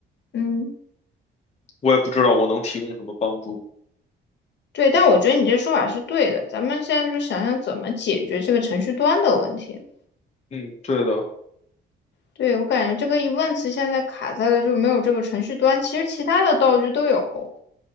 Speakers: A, on the left; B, on the left.
A: 嗯，
B: 我也不知道我能提供什么帮助。
A: 对，但我觉得你这说法是对的，咱们现在就想想怎么解决这个程序端的问题。
B: 嗯，对的，
A: 对，我感觉这个疑问词现在卡在了就没有这个程序端，其实其他的道具都有，